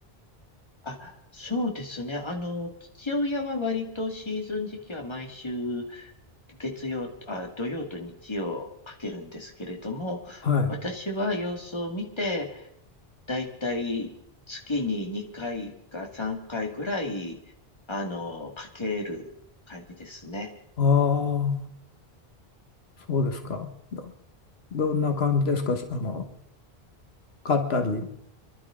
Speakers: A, on the left; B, on the left.
A: あ、そうですね。あの、父親は割とシーズン時期は毎週月曜、あ、土曜と日曜かけるんですけれども、
B: はい。
A: 私は様子を見て、
B: あ
A: だいたい月に2回か3回ぐらい、あの、かける感じですね。
B: あ、そうですか。ど、どんな感じですかしあの、勝ったり、